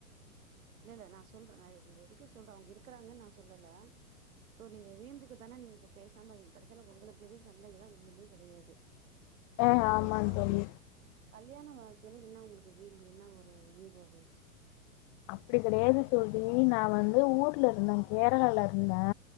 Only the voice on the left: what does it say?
அ அ
ஆமாந்
தோழி
அப்டி கிடையாது தோழி நா வந்து ஊர்ல இருந்த கேரளல இருந்த